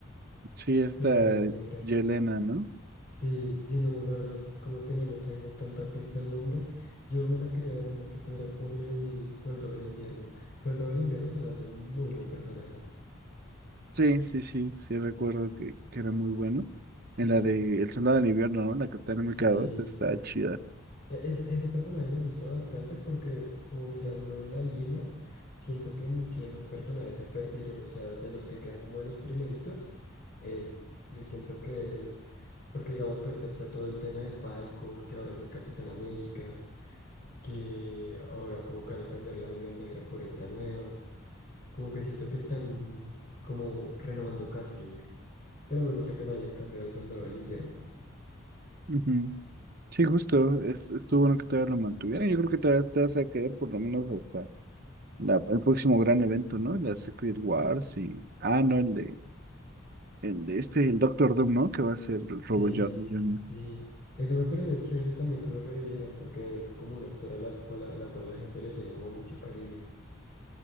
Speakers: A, on the right; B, on the left.
A: Sí, esta
B: de la Viuda Negra.
A: Yelena, ¿no?
B: Sí, sí, no, la verdad, como que no le tengo tanta pista al nombre. Yo me la quería ver más que tú, era por el Soldado del Invierno. Soldado del Invierno se me hace un muy buen personaje.
A: Sí, sí, sí, sí recuerdo que, que era muy bueno.
B: Sí,
A: En la de El Soldado del Invierno, ¿no? La Capitán
B: sí.
A: América 2 está chida.
B: E- Ese, ese personaje me gusta bastante porque, como mirando la línea, siento que muchos de los personajes se perdieron, o sea, de los que quedan como de los primeritos, él. Yo siento que él, porque digamos que ahorita está todo el tema de Falcon, que ahora es el Capitán América, que ahora como que van a cambiar la Viuda Negra por esta nueva. Como que siento que están como renovando casting, pero me gusta que no hayan cambiado el Soldado del Invierno.
A: Ujú. Sí, justo, es, estuvo bueno que todavía lo mantuvieron. Yo creo que todavía te vas a quedar por lo menos hasta la, el próximo gran evento, ¿no? La Secret Wars y... Ah, no, el de, el de este, el Doctor Doom, ¿no? Que va a ser el
B: Sí,
A: Robert Jo- Downey.
B: sí. Eso me parece chévere también que lo revivieran, porque es como un actor a la cual, a la cual la gente le tiene como mucho cariño.